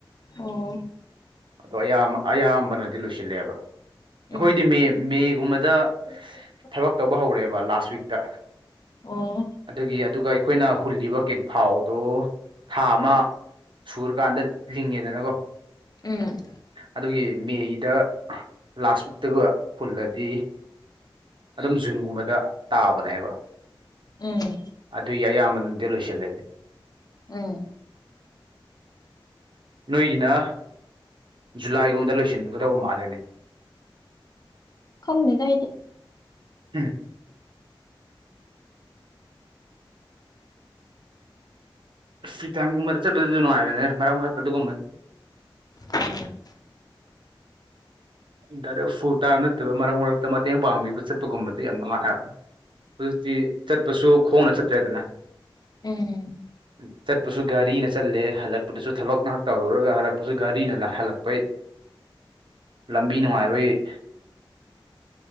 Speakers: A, on the left; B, on the right.
A: ꯑꯣ
B: ꯑꯗꯣ ꯑꯌꯥꯝꯕ ꯑꯌꯥꯝꯕꯅꯗꯤ ꯂꯣꯏꯁꯤꯜꯂꯦꯕ ꯑꯩꯈꯣꯏꯗꯤ
A: ꯎꯝ
B: ꯃꯦ ꯃꯦꯒꯨꯝꯕꯗ
A: <inaudible>
B: ꯊꯕꯛ ꯇꯧꯕ ꯍꯧꯔꯦꯕ ꯂꯥꯁ ꯋꯤꯛꯇ
A: ꯑꯣ
B: ꯑꯗꯨꯒꯤ ꯑꯗꯨꯒ ꯑꯩꯈꯣꯏꯅ ꯍꯨꯜꯂꯤꯕ ꯀꯤꯠ ꯐꯥꯎꯗꯨ ꯊꯥ ꯑꯃ ꯁꯨꯔꯀꯥꯟꯗ ꯂꯤꯡꯉꯦꯗꯅꯀꯣ
A: ꯎꯝ
B: ꯑꯗꯨꯒꯤ ꯃꯦꯒꯤꯗ ꯂꯥꯁ ꯋꯤꯛꯇꯒ ꯍꯨꯜꯂꯗꯤ ꯑꯗꯨꯝ ꯖꯨꯟꯒꯨꯝꯕꯗ ꯇꯥꯕꯅꯦꯕ
A: ꯎꯝ
B: ꯑꯗꯨꯒꯤ ꯑꯌꯥꯝꯕꯅꯗꯤ ꯂꯣꯏꯁꯤꯜꯂꯗꯤ
A: ꯎꯝ
B: ꯅꯣꯏꯒꯤꯅ ꯖꯨꯂꯥꯏꯒꯨꯝꯗ ꯂꯣꯏꯁꯤꯟꯒꯗꯧꯕ ꯃꯥꯜꯂꯦꯅꯦ
A: ꯈꯪꯗꯦꯗ ꯑꯩꯗꯤ
B: ꯎꯝ ꯐꯔꯤ ꯇꯥꯏꯝ ꯒꯨꯝꯕꯗ ꯆꯠꯄꯗꯁꯨ ꯅꯨꯡꯉꯥꯏꯕꯅꯦ ꯃꯔꯛ ꯃꯔꯛꯇ ꯑꯗꯨꯒꯨꯝꯕꯗꯣ
A: ꯎꯝ
B: ꯗꯥꯏꯔꯦꯛ ꯐꯨꯜ ꯇꯥꯏꯝ ꯅꯠꯇꯕ ꯃꯔꯛ ꯃꯔꯛꯇ ꯃꯇꯦꯡ ꯄꯥꯡꯕꯤꯕ ꯆꯠꯄꯒꯨꯝꯕꯗꯣ ꯌꯥꯝ ꯅꯨꯡꯉꯥꯏꯕ ꯍꯧꯖꯤꯛꯇꯤ ꯆꯠꯄꯁꯨ ꯈꯣꯡꯅ ꯆꯠꯇ꯭ꯔꯦꯗꯅ
A: ꯎꯝ
B: <inaudible> ꯆꯠꯄꯁꯨ ꯒꯥꯔꯤꯅ ꯆꯠꯂꯦ ꯍꯜꯂꯛꯄꯗꯁꯨ ꯊꯕꯛ ꯉꯥꯏꯍꯥꯛ ꯇꯧꯔꯨꯔꯒ ꯍꯜꯂꯛꯄꯁꯨ ꯒꯥꯔꯤꯅ ꯍꯜꯂꯛꯄꯩ ꯂꯝꯕꯤ ꯅꯨꯡꯉꯥꯏꯕꯩ